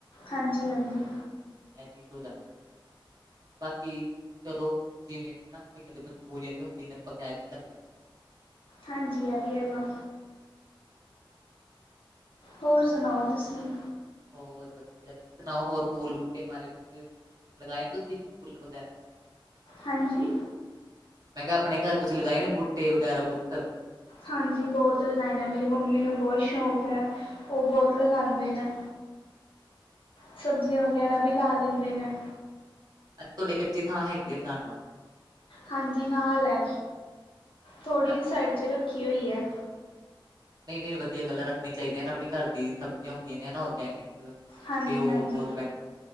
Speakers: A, on the left; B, on the right.
A: ਹਾਂਜੀ, ਹਾਂਜੀ
B: ਐਥ ਦੋਜਨ <unintelligible> ਬਾਕੀ ਚਲੋ ਜਿਵੇਂ ਕਈਆਂ ਦੀ ਮਜਬੂਰੀਆਂ ਵੀ ਹੁੰਦੀ ਨੇ ਆਪਾ ਕੈ ਵੀਨੀ ਸਕਦੇ
A: ਹਾਂਜੀ ਆ ਵੀਇਹੋਂ ਹੋਰ ਸੁਣਾਓ ਤੁਸੀਂ
B: ਹੋਰ ਵਧੀਆ ਤੁਸੀਂ ਸੁਣਾਓ ਹੋਰ ਫੂਲ ਬੂਟੇ ਬਾਰੇ ਕੁੱਝ ਲਗਾਏ ਤੁਸੀਂ ਫੁੱਲ ਵਗੈਰਾ
A: ਹਾਂਜੀ
B: ਮੈਂ ਕੇਹਾ ਆਪਣੇ ਘਰ ਤੁਸੀਂ ਲਗਾਏ ਨੇ ਬੂਟੇ ਵਗੈਰਾ ਕੁੱਝ ਸ
A: ਹਾਂਜੀ ਬੋਤ ਲਗਾਏ ਨੇ ਮੇਰੀ ਮੰਮੀ ਨੂੰ ਬੋਤ ਸ਼ੌਕ ਹੈ ਉਹ ਬੋਤ ਲਗਾਂਦੇ ਨੇ ਸਬਜ਼ੀਆਂ ਵਗੈਰਾ ਵੀ ਲਾ ਦਿੰਦੇ ਨੇ
B: ਤੁਹਾਡੇੱ ਕਚੀ ਥਾਂ ਹੈਗੀ ਹੈ ਲਗਾਉਣਾ
A: ਹਾਂਜੀ ਨਾਲ ਏ ਥੋੜ੍ਹੀ
B: ਅੱਛਾ,
A: ਜੀ ਸਾਈਡ ਚ ਰੱਖੀ ਹੋਈ ਏ
B: ਨੀ ਨੀ ਵਧੀਆ ਗਾਲੱ ਏ ਰੱਖਣੀ ਚਾਹੀਦੀਆਂ ਆਪਣੇ ਘਰ ਦੀ ਸਬਜ਼ੀਆਂ ਹੁੰਦੀਆਂ ਨੇ ਔਰਗੈਨਿਕ
A: ਹਾਂਜੀ
B: ਤੇ ਉਹ
A: ਹਾਂਜੀ
B: ਬੋਤ ਬੈਿ